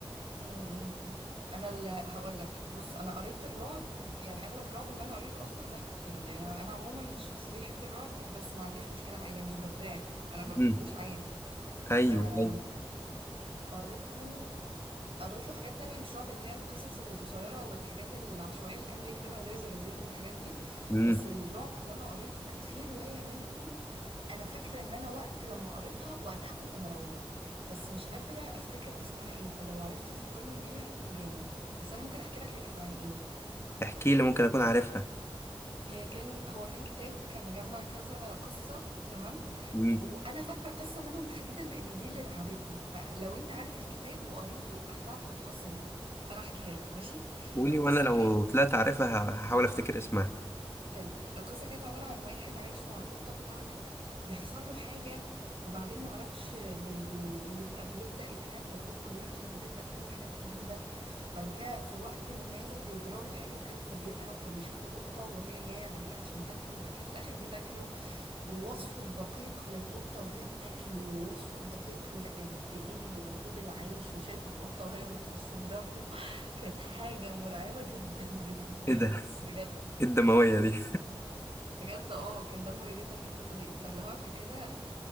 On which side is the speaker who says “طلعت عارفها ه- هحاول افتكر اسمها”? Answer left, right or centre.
Left